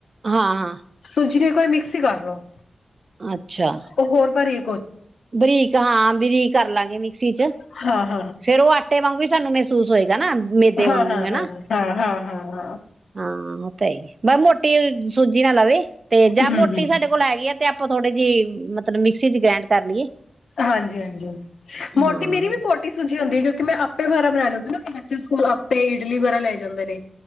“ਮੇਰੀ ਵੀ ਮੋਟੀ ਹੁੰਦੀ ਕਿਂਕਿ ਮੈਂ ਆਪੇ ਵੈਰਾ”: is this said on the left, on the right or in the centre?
Left